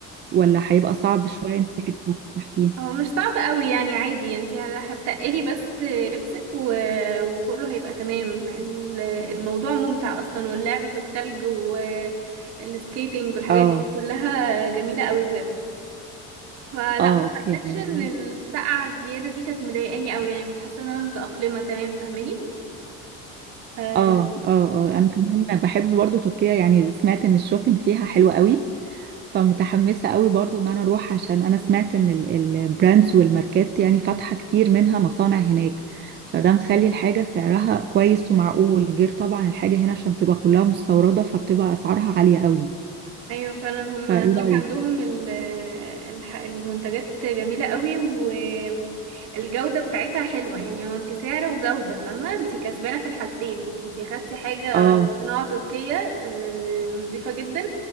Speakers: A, on the right; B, on the right.
A: ولا هيبقى صعب شوية انك تروحي تتفسحي فيه
B: هو مش صعب قوي يعني عادي انت هتقلي بس لبسك و... وكله هيبقى تمام ال- الموضوع ممتع اصلا واللعب في التلج والسكيتنج والحاجات
A: اه
B: دي كلها جميلة قوي بجد فلا
A: اه
B: ما
A: اوكي
B: حسيتش
A: يعني
B: ان السقعة الزيادة دي كانت مضايقاني قوي يعني كنت حاسة ان انا متأقلمة تمام فاهماني آه.
A: اه اه اه انا كمان بحب برضو تركيا يعني سمعت ان الشوبينج فيها حلو قوي فمتحمسة قوي برضو ان انا اروح عشان انا سمعت ان البراندز والماركات يعني فاتحة كتير منها مصانع هناك فده مخلي الحاجة سعرها كويس ومعقول غير طبعا الحاجة هنا عشان بتبقى كلها مستوردة فبتبقى اسعارها عالية قوي
B: ايوه فعلا هما
A: فايه
B: هناك
A: رأيك
B: عندهم ال- الح- المنتجات جميله قوي والجوده بتاعتها حلوه يعني هو انت سعر وجوده فاهمه انت كسبانه في الحالتين انت خدتي حاجه
A: اه
B: صناعه تركيه آه، نظيفه جدا